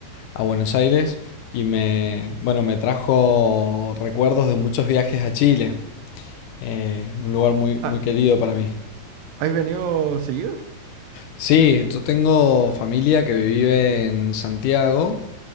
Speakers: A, on the left; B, on the right.
A: a Buenos Aires y me, bueno, me trajo recuerdos de muchos viajes a Chile, eh, un lugar muy,
B: Ah,
A: muy querido para mí.
B: ¿has venido seguido?
A: Sí, yo tengo familia que vive en Santiago,